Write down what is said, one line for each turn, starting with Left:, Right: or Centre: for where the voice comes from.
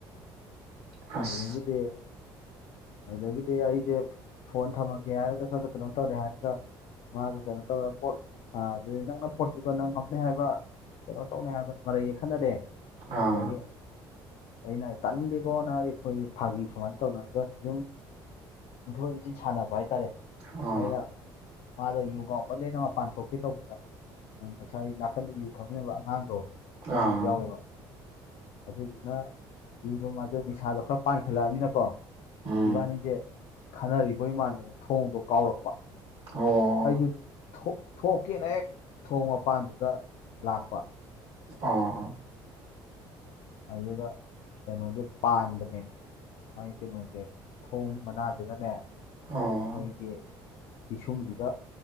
Right: ꯑꯁ
Left: ꯑꯗꯨ ꯗꯥꯒꯤꯗꯤ ꯑꯗꯨꯗꯒꯤꯗꯤ ꯑꯩꯁꯦ ꯐꯣꯟ ꯊꯝꯃꯒꯦ ꯍꯥꯏꯔꯒ ꯁꯣꯝꯗ ꯀꯩꯅꯣ ꯇꯧꯔꯦ ꯍꯥꯏꯔꯒ ꯃꯥꯗꯨ ꯀꯩꯅꯣ ꯇꯧꯔ ꯄꯣꯠ ꯑ ꯑꯗꯨꯗꯩ ꯅꯪꯅ ꯄꯣꯇꯨꯒꯜꯅ ꯉꯝꯅꯦ ꯍꯥꯏꯕ ꯀꯩꯅꯣ ꯇꯧꯅꯤ ꯍꯥꯏꯕꯅ ꯃꯔꯩ ꯌꯦꯈꯠꯅꯔꯦ
Right: ꯑꯥ
Left: ꯑꯗꯒꯤ ꯑꯩꯅ ꯇꯥꯅꯤꯡꯗꯦꯀꯣ ꯅꯥ ꯍꯥꯏꯗꯤ ꯈꯣꯏꯁꯤ ꯐꯥꯒꯤ ꯁꯨꯃꯥꯏꯅ ꯇꯧꯅꯕꯖꯥꯠꯅꯤ ꯑꯗꯨꯨꯝ ꯏꯟꯊꯣꯛ ꯏꯟꯁꯤꯟ ꯁꯥꯟꯅꯕ ꯍꯥꯏꯇꯥꯔꯦ
Right: ꯑꯥ
Left: ꯑꯩꯅ ꯃꯥꯗꯣ ꯌꯨ ꯉꯥꯏꯈꯠꯂꯦꯅ ꯃꯄꯥꯟ ꯊꯣꯛꯀꯦ ꯇꯧꯕꯗ ꯉꯁꯥꯏ ꯅꯥꯀꯟꯗ ꯌꯨ ꯊꯛꯃꯤꯟꯅꯕ ꯑꯉꯥꯡꯗꯣ ꯑ ꯑꯥꯉꯥꯡ
Right: ꯑꯥ
Left: ꯑꯃꯁꯨ ꯌꯥꯎꯋꯦꯕ ꯑꯗꯨꯗꯨꯅ ꯌꯨꯗꯣ ꯃꯥꯗꯣ ꯅꯤꯁꯥꯗꯣ ꯈꯔ ꯄꯥꯟꯈꯠꯂꯛꯑꯃꯤꯅꯀꯣ
Right: ꯎꯝ
Left: ꯏꯕꯥꯅꯤꯁꯦ ꯈꯠꯅꯔꯤꯕꯣꯏ ꯃꯥꯟꯗꯅ ꯊꯣꯡꯗꯣ ꯀꯥꯎꯔꯛꯄ
Right: ꯑꯣ
Left: ꯑꯩꯁꯨ ꯊꯣꯡ ꯊꯣꯛꯀꯦꯅ ꯍꯦꯛ ꯊꯣꯡ ꯃꯄꯥꯟꯗꯨꯗ ꯂꯥꯛꯄ
Right: ꯑꯥ
Left: ꯑꯗꯨꯒ ꯀꯩꯅꯣꯁꯦ ꯄꯥꯟꯕꯅꯦ ꯃꯥꯏ ꯀꯩꯅꯣꯁꯦ ꯊꯣꯡ ꯃꯅꯥꯗꯨꯅꯅꯦ
Right: ꯑ
Left: ꯑꯩꯒꯤ ꯄꯤꯁꯨꯝꯁꯤꯗ